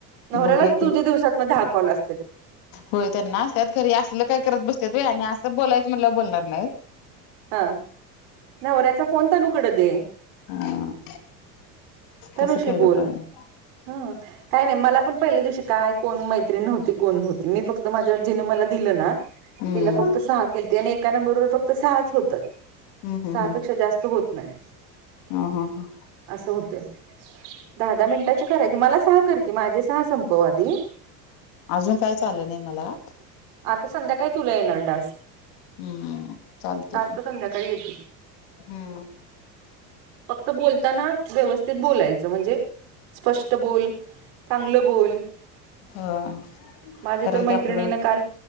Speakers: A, on the right; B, on the left.
A: नवऱ्यालाच
B: बघूया
A: तुझ्या
B: की
A: दिवसांत न दहा कॉल असत्यात.
B: होय त्यांना असतात खरी असलं काय करत बसत्यात व्हय आणि आसं बोलायचं म्हणल्यावर बोलणारं नाहीं.
A: हां नवऱ्याचा फोन तणूकड दे.
B: हा
A: तणूशी
B: तसं केलं
A: बोल
B: पाहिजे
A: हम्म. काही नाही मला पण पहिल्या दिवशी काय कोण मैत्री नव्हती कोण नव्ह मी फक्त माझ्याव जीन मला दिलं ना
B: हम्म
A: तिला फक्त सहा केलते आणि एका नंबर फक्त सहाच त
B: हम्म हम्म
A: सहापेक्षा
B: हम्म
A: जास्त होत नाहींत.
B: हा हा हा
A: असं होतय. दहा दहा मिनटाचे करायचे, मला सहा कर की माझे सहा संपव आधी
B: आजून काहीच आलं नाही मला.
A: आता संध्याकाळी तुला येणारं टास्क.
B: हम्म चालतय
A: टास्क
B: की
A: संध्याकाळी येतील
B: हम्म.
A: फक्त बोलतांना व्यवस्थित बोलायचं म्हंजे स्पष्ट बोल चांगल बोल.
B: हो
A: माझ्या
B: कारण
A: तर मैत्रिणीन
B: ते आपलं
A: काल